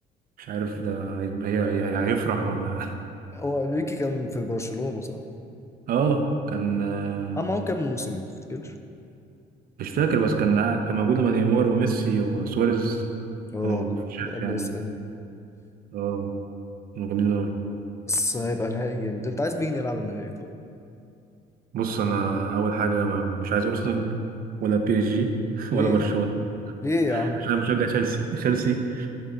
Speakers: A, on the right; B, on the left.
A: مش عارف ده هيبقى هي هي- هيفرح ولا
B: هو انريكي كان في برشلونة صح؟
A: <laughs> اه كان آه،
B: عمل معاهم كام موسم ما تفتكرش؟
A: مش فاكر بس كان قاعد- كان موجود لما نيمار وميسي وسواريز
B: اه
A: كانوا فشيخ
B: لما
A: يعني
B: اس ان
A: اه كانوا جامدين اوي
B: بس هيبقى نهائي جامد انت عايز مين يلعب النهائي طيب؟
A: بص انا اول حاجة ما- مش عايز ارسنال ولا بي اس جي <laughs>
B: ليه
A: ولا برشلونة
B: يا عم؟ ليه يا عم؟
A: عشان أنا بشجع تشيلسي تشيلسي